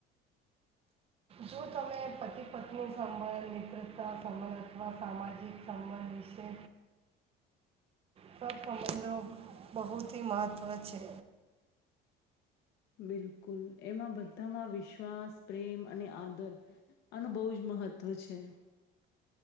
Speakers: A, on the right; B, on the left.
A: જો, તમે પતિ પત્ની સંબંધ મિત્રતા સંબંધ અથવા સામાજિક સંબંધ વિશે સંબંધો, બહુથી મહત્વ છે.
B: બિલકુલ, એમાં બધામાં વિશ્વાસ પ્રેમ અને આદર આનું બહુજ મહત્ત્વ છે.